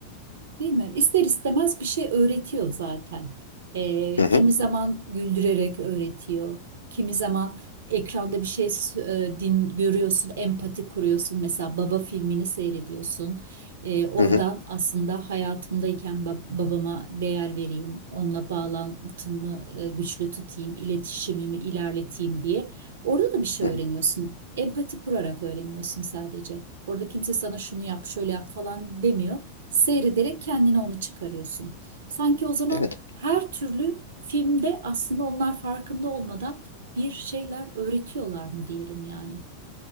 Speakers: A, on the right (about 60°); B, on the left (about 80°).
A: Değil mi? İster istemez bir şey öğretiyor zaten. Ee,
B: Hı hı,
A: kimi zaman güldürerek öğretiyor. Kimi zaman ekranda bir şey s- e, din görüyorsun, empati kuruyorsun. Mesela Baba filmini seyrediyorsun. Ee, oradan
B: hı hı,
A: aslında hayatımdayken bab- babama değer vereyim, onunla bağlantımı e, güçlü tutayım, iletişimimi ilerleteyim diye. Orada da bir şey
B: hı
A: öğreniyorsun.
B: hı.
A: Empati kurarak öğreniyorsun sadece. Orada kimse sana şunu yap, şöyle yap falan demiyor seyrederek kendine onu çıkarıyorsun. Sanki o zaman
B: Evet.
A: her türlü filmde aslında onlar farkında olmadan bir şeyler öğretiyorlar mı diyelim yani.